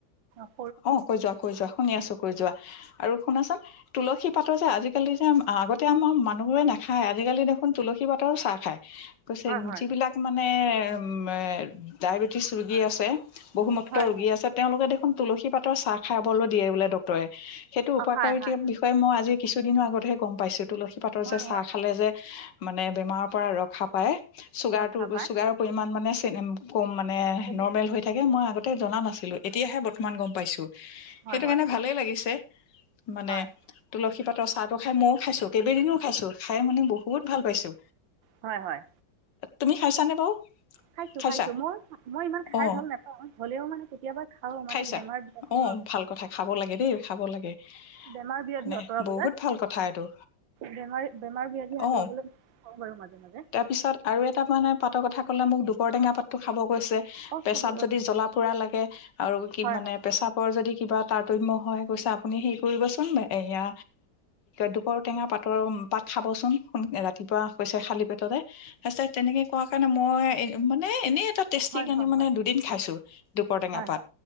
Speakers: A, on the right (about 80°); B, on the left (about 70°).
A: অ
B: অ কৈ যোৱা কৈ যোৱা শুনি আছো কৈ যোৱা আৰু শুনাচোন তুলসী পাতৰ যে আজিকালি যে আগতে আমাৰ মানুহবোৰে নাখায় আজিকালি দেখোন তুলসী পাতৰো চাহ খায় কৈছে
A: হয় হয়
B: যিবিলাক মানে উ ডায়েবেটিচ ৰোগী
A: হয়
B: আছে বহুমুক্ত
A: হয়
B: ৰোগী
A: হয়
B: আছে তেওঁলোকে দেখ তুলসী পাত চাহ খাবলৈ দিয়ে বোলে ড তই সেইটো উপকাৰিতাৰ
A: অ খায় খায়
B: বিষয়ে মই আজি কিছুদিনৰ আগতহে গম পাইছোঁ তুলসী পাতৰ
A: হয়
B: যে চাহ
A: হয়
B: খালে যে মানে বেমাৰৰ পৰা ৰক্ষা পায় চুগাৰ
A: ৰক্ষা পায়
B: চুগাৰৰ পৰিমাণ মানে চ কম মানে
A: কমি
B: নৰ্মেল
A: যায়
B: হৈ থাকে মই আগতে জনা নাছিলোঁ এতিয়াহে অকমান গম পাইছো
A: হয়
B: সেইটো
A: হয়
B: কাৰণে ভালেই লাগিছে মানে
A: হয়
B: তুলসী পাত তই চাহটো খাই মইও খাইছো কেইবদিনও খাইছো খাই মানে বহুত ভাল পাইছো
A: হয় হয়
B: তুমি খাইছানে বাৰু
A: খাইছো
B: খাইছা
A: খাইছো মই মই ইমান খাই
B: অ
A: ভাল নাপাওঁ হলেও মানে কেতিয়াবা খাওঁ
B: খাইছা
A: মানে বেমাৰ ব্যাধি
B: আহ
A: অ
B: ভাল কথা খাব লাগে দেই খাব লাগে
A: বেমাৰ ব্যাধি
B: মানে
A: আঁতৰাবলৈ
B: বহুত ভাল কথা এইটো
A: বেমাৰ বেমাৰ ব্যাধি আঁতৰাবলৈ
B: অ
A: খাওঁ বাৰু মাজে মাজে
B: তাৰপিছত আৰু এটা মানে পাতৰ কথা ক'লে মোক দুপৰটেঙাপাতটো খাব কৈছে
A: অ
B: পেছাপ
A: খাব
B: যদি জ্বলা পোৰা লাগে আৰু কি
A: হয়
B: মানে
A: হয়
B: পেছাপ যদি কিবা তাৰতম্য হয় কৈছে আপুনি কৰিবচোন এইয়া দুপৰ টেঙা পাতৰ পাত খাবচোন সোনক ৰাতিপুৱা হৈছে খালী পেটতে সচা তেনেকে কোৱা কাৰণে মই এ মানে এনেই এটা টেষ্টি
A: হয় হয়
B: কানি
A: হয়
B: মানে
A: হয় হয় হয়
B: দুদিন খাইছো দুপৰ টেঙা
A: হয়
B: পাত
A: হয়